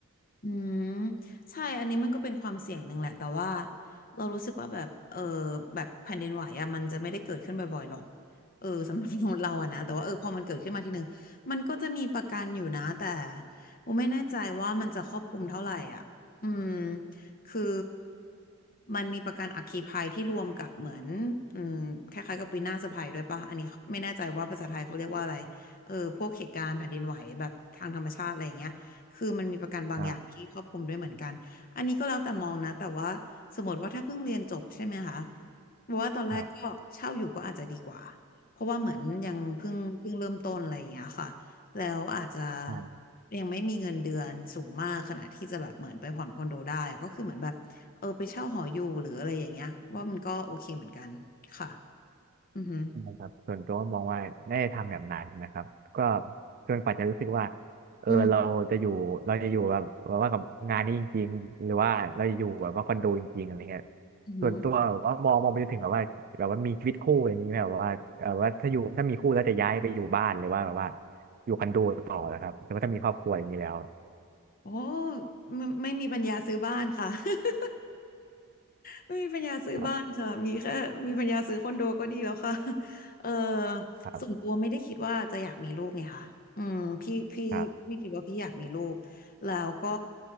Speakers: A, on the left; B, on the right.
A: อืมใช่อันนี้มันก็เป็นความเสี่ยงหนึ่งแหละแต่ว่าเรารู้สึกว่าแบบเออแบบแผ่นดินไหวอะมันจะไม่ได้เกิดขึ้นบ่อยๆหรอกเออสำหรับคนษย์เราอะนะแต่ว่าเออพอมันเกิดขึ้นมาทีหนึ่งมันก็จะมีประกันอยู่นะแต่โมไม่แน่ใจว่ามันจะครอบคลุมเท่าไหร่อ่ะอืมคือมันมีประกันอัคคีภัยที่รวมกับเหมือนอืมคล้ายๆกับวินาศภัยด้วยปะอันนี้ไม่แน่ใจว่าภาษาไทยเขาเรียกว่าอะไรเออพวกเหตุการณ์แผ่นดินไหวแบบทางธรรมชาติอะไรอย่างเงี้ย คือมันมีประกันบางอย่างที่ครอบคลุมด้วยเหมือนกัน
B: ครับ
A: อันนี้ก็แล้วแต่มองนะแต่ว่าสมมติว่าถ้าเพิ่งเรียนจบใช่ไหมคะเพราะว่าตอนแรกก็เช่าอยู่ก็อาจจะดีกว่า
B: ครับ
A: เพราะว่าเหมือนยังเพิ่งเพิ่งเริ่มต้นอะไรอย่างเงี้ยค่ะแล้วอาจจะ
B: ใช่
A: ยังไม่มีเงินเดือนสูงมากขนาดที่จะแบบเหมือนไปผ่อนคอนโดได้อะก็คือเหมือนแบบเออไปเช่าหออยู่หรืออะไรอย่างเงี้ยว่ามันก็โอเคเหมือนกันค่ะอือหือ
B: นะครับส่วนตัวก็มองว่าไม่ได้ทำแบบนั้นนะครับก็จนกว่าจะรู้สึกว่าเออเราจะอยู่เราจะอยู่แบบว่ากับงานนี้จริงๆหรือว่าเราจะอยู่แบบว่าคอนโดจริงๆอะไรเงี้ย
A: อืมอืม
B: ส่วนตัวแบบว่ามองมองไปจนถึงแบบว่าแบบว่ามีชีวิตคู่อะไรอย่างนี้ไหมแบบว่าเออว่าถ้าอยู่ถ้ามีคู่แล้วจะย้ายไปอยู่บ้านหรือว่าแบบว่าอยู่คอนโดต่อนะครับแต่ว่าถ้ามีครอบครัวอย่างนี้แล้ว
A: โอ้ไม่ไม่มีปัญญาซื้อบ้านค่ะ <laughs> ไม่มีปัญญาซื้อบ้านค่ะมีแค่มีปัญญาซื้อคอนโดก็ดีแล้วค่ะ
B: ครับ
A: <laughs> เออ
B: ครับ
A: ส่วนตัวไม่ได้คิดว่าจะอยากมีลูกไงค่ะอืมพี่พี่ไม่คิดว่าพี่อยากมีลูกแล้วก็
B: ครับ